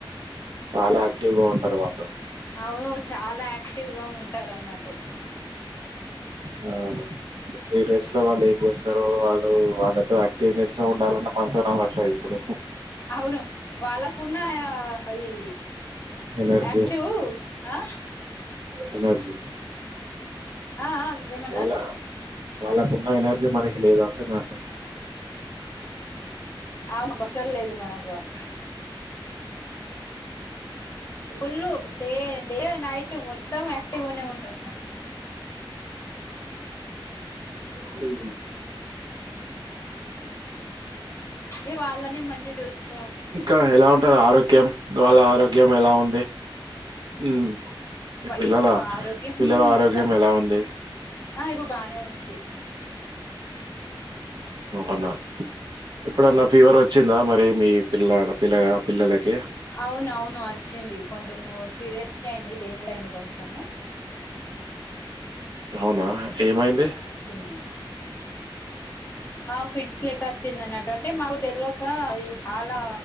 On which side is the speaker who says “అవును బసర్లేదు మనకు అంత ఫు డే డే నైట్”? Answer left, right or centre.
Left